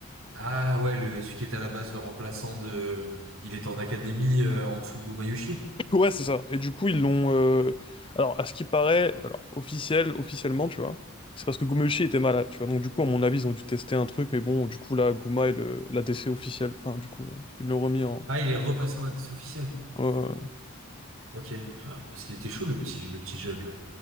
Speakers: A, on the right; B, on the left.
A: Ah ouais, le, celui qui était à la base le remplaçant de... Il était en académie euh, en dessous de Mayushi.
B: Ouais, c'est ça. Et du coup, ils l'ont. euh, Alors, à ce qui paraît, alors, officiel, officiellement, tu vois, c'est parce que Gumeuchi était malade, tu vois. Donc, du coup, à mon avis, ils ont dû tester un truc, mais bon, du coup, là, Guma est le... la l'ADC officiel. Enfin, du coup, euh, ils l'ont remis en.
A: Ah, il est repassé en indice officiel.
B: euh,
A: Ok. Ah, parce qu'il était chaud le petit, le petit jeune là.